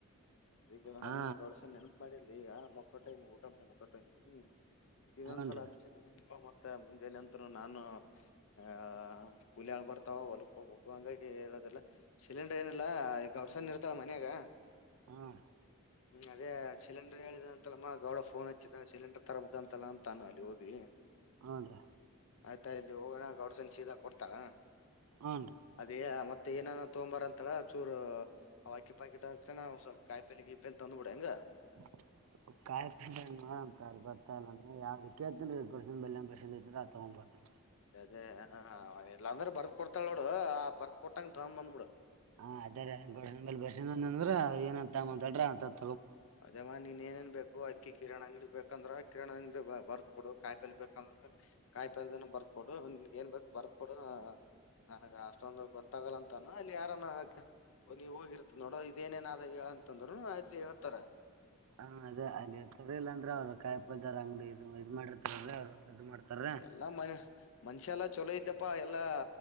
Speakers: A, on the left (about 65°); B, on the right (about 75°).
A: ಅದಕ್ಕೆ
B: ಹಾ
A: ಹೆಂಗನ್ ಗೌಡ್ಸಣ ನೆನಪ ಮಾಡಿಲ್ಲ ಈಗ ಮೊಕ್ಕಟ್ಟ ಊಟ ಮಿ ಮೊಕ್ಕಟ್ಟ <inaudible> ಇನ್ನೊಂದ
B: ಹನ್ರಿ
A: ಸಲ ಹಚ್ಚಿ <inaudible> ಮತ್ತ ಮುಂಜಾನ ಅಂತ್ರ ನಾನು ಹಾ ಕುಲಿ ಆಳ ಬರ್ತಾವ ಹೊಲಕ್ಕ ಹೋಗಬೇಕು ಹಾಂಗಾಗಿ ಎಲೋದಿಲ್ಲ. ಸಿಲಿಂಡರ್ ಏನಿಲ್ಲ ಗೌಡ್ಸನೀ ಇರ್ತಾಳ ಮನ್ಯಾಗ.
B: ಹ್ಮ
A: ಹ್ಮ್ ಅದೇ ಸಿಲಿಂಡರ್ ಹೇಳಿದ ಅಂತಲ್ಲಮ್ಮ ಗೌಡ ಫೋನ್ ಹಚ್ಚಿದ ಸಿಲಿಂಡರ್ ತರಬೇಕ ಅಂತಲ್ಲ ಅಂತಾನ ಅಲ್ಲಿ ಹೋಗಿ.
B: ಹುಂ ರೀ.
A: ಆಯ್ತಾ ಇಲ್ಲಿ ಹೋಗ ಗೌಡ್ಸ್ಸಾಲಿ ಸೀದಾ ಕೊಡ್ತಾಳ
B: ಹನ್ರಿ
A: ಅದಏನ ಮತ್ತ - ಮತ್ತೆ ಏನಾನ ತೊಗೊಂದ ಬರ್ರಿ ಅಂತಾಳ ಚೂರು ಅವ ಅಕ್ಕಿ ಪಾಕೆಟ್ ಹಾಕ್ತ ಸ್ವಲ್ಪ ಕಾಯಿಪಲ್ಲೆ ಗೀಪಲ್ಲೆ ತಂದು ಬಿಡ ಹಿಂಗ.
B: <unintelligible> ಕಾಯಿಪಲ್ಲೆ ನೋಡಮ್ ತೊಗರಿ ಬರ್ತಾಲ್ಲ ಯಾವ್ದ ಕೇಳ್ತೆನ್ರಿರಿ ನಿಮ್ಮ ಕಡ್ಸೇಡಿಂದ ನಮ್ಮ ಕಡ್ಡಿಯಿಂದ ತೊಗೊಂದ ಬರ್ತೀನ್ರಿ.
A: ಅದೇ ಅದೇ ಇಲ್ಲಾ ಅಂದ್ರ ಬರ್ದ ಕೊಡ್ತಾಳ ನೋಡು ಆ ಬರ್ದ ಕೊಟ್ಟಂಗ ತೊಗೊಂಡ್ ಬಂದ್ಬಿಡು.
B: ಹ ಅದೇರಿ ಗೌಡ್ಸಾಲಿ ಬರಿಸಿಕೊಂಡ ಅಂದ್ರ ಏನಂತ ಅಂತ ಮಾತಾಡಿರ -
A: ಅದಮ್ಮ ನೀನ್ ಏನೇನ್ ಬೇಕು ಆಕ್ಕಿ ಕಿರಾಣಿ ಅಂಗಡಿ ಬೇಕಂದ್ರೆ ಕಿರಾಣಿ ಅಂಗಡಿ ಬರದ ಕೊಡು ಕಾಯಿಪಲ್ಲೆ ಬೇಕಂದ್ರ ಕಾಯಿಪಲ್ಲೆ ಬರದ ಕೊಡು. ಕೊಡುನ್ ಏನ್ ಬೇಕು ಬರ್ದ ಕೊಡು. ನನ್ಗ ಅಷ್ಟೊಂದು ಗೊತ್ತಾಗಲ್ಲ ಅಂತಾನ ಅಲ್ಲಿ ಯಾರಾನ ಓ ನೀವ್ ಹೋಗಿರ್ತತ್ ನೋಡ ಇದೇನೇನಾದ ಹೇಳ ಅಂತಂದ್ರುನು ಅಲ್ಲಿ ಹೇಳ್ತಾರ -
B: ಹಾ ಅದೇ ಅಲ್ಲಿ ತರಲಿಲ್ಲ ಅಂದ್ರ ಅವ್ರರು ಕಾಯಿ ಪಲ್ದರ ಅಂಗಡಿ ಇದು ಇದ್ ಮಾಡಿರ್ತಾರಾ ಅವ್ರು. ಇದು ಮಾಡ್ತಾರ
A: ಎಲ್ಲಾ ಮ ಮನುಷ್ಯ ಎಲ್ಲ- ಚಲೋ ಇದ್ದೀಪ್ಪಾ ಎಲ್ಲಾ